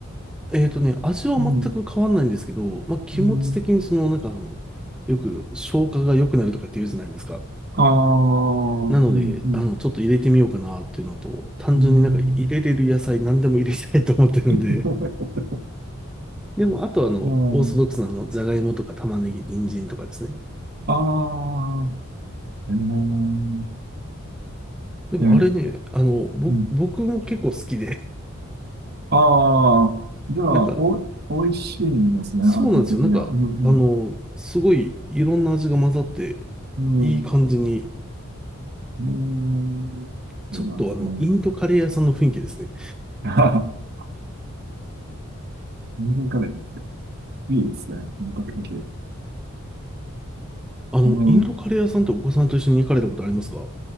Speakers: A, in the centre; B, on the right.
A: えっとね、味は全く変わんないんですけど、
B: うん。
A: まあ、気持ち的にその、
B: うん。
A: なんかあの、よく消化が良くなるとかって言うじゃないですか。
B: ああ、うん、
A: なので、
B: うん。
A: あの、ちょっと入れてみようかなっていうのと、単純になんか入れれる野菜何でも入れたいと思ってるんで。
B: うん。<laughs>
A: でも、あとあの、
B: うん
A: オーソドックスなあの、じゃがいもとか玉ねぎ、人参とかですね。
B: ああ、えー、
A: でもあれね、
B: ね、
A: あの、ぼ、
B: うん。
A: 僕も結構好きで、
B: ああ、じゃあ、
A: なんか、
B: お、美味しいんですね、
A: そうなんですよ。
B: 味的には。
A: なんか、
B: うん、
A: あの、すごいいろんな味が混ざって、
B: うん、
A: いい感じに、
B: うん。え
A: ちょっとあの、
B: ー、いいなんですね。
A: インドカレー屋さんの雰囲気ですね。
B: <laughs> インドカレー、いいですね、本格的。
A: あの、
B: うん、
A: インドカレー屋さんってお子さんと一緒に行かれたことありますか